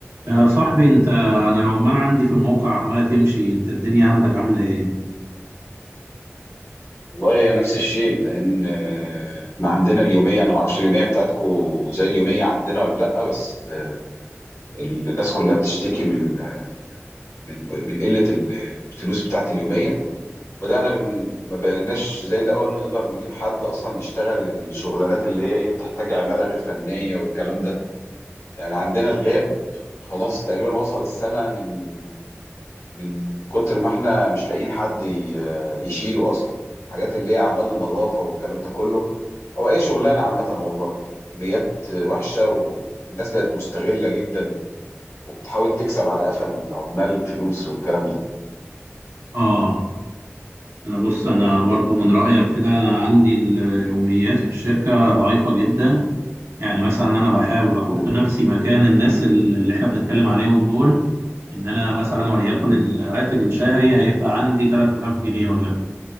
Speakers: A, on the right; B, on the left.
A: يا صاحبي انت انا لو عمال عندي في الموقع عمالة تمشي انت الدنيا عندك عاملة ايه؟
B: والله نفس الشيء لان آه، احنا عندنا اليوميه انا ما اعرفش اليوميه بتاعتكو زي اليوميه عندنا ولا لا بس آه، الناس كلها بتشتكي من من من قله ال- الفلوس بتاعت اليوميه وبدانا بن ما بقيناش زي الاول نقدر نجيب حد اصلا يشتغل الشغلانات اللي هي ايه بتحتاج عماله غير فنيه والكلام ده يعني عندنا الغاب خلاص تقريبا وصل السما من من كتر ما احنا مش لاقيين حد ي- يشيله اصلا حاجات اللي هي اعمال النظافه والكلام ده كله هو اي شغلانه عامه والله يوميات وحشه والناس بقت مستغله جدا وبتحاول تكسب على قفا العمال فلوس والكلام ده
A: اه انا بص انا برضو من رأيك كده عندي اليوميات في الشركة ضعيفة جدا يعني مثلا انا بحاول احط
B: مم.
A: نفسي مكان الناس ال- اللي احنا بنتكلم عليهم دول ان انا مثلا وليكن
B: مم.
A: الراتب الشهري هيبقى عندي 3000 جنيه وليكن